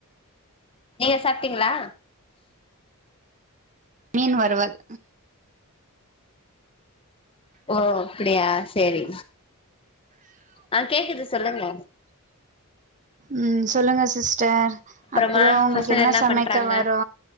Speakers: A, on the left (about 25°); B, on the right (about 35°).
A: நீங்க சாப்டிங்ளா
B: மீன் வருவல்
A: ஓ அப்டியா செரி ஆஹ் கேக்குது சொல்லுங்க
B: உம் சொல்லுங்க சிஸ்டர்
A: அப்புறமா
B: அப்ரோ உங்ளுக்கு
A: பசங்க
B: என்ன சமைக்க
A: பண்றாங்க
B: வரு